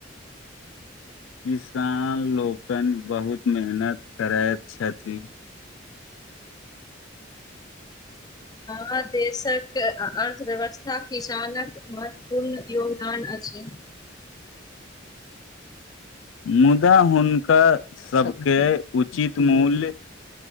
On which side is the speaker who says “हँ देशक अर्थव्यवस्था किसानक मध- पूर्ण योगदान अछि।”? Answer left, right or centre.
Left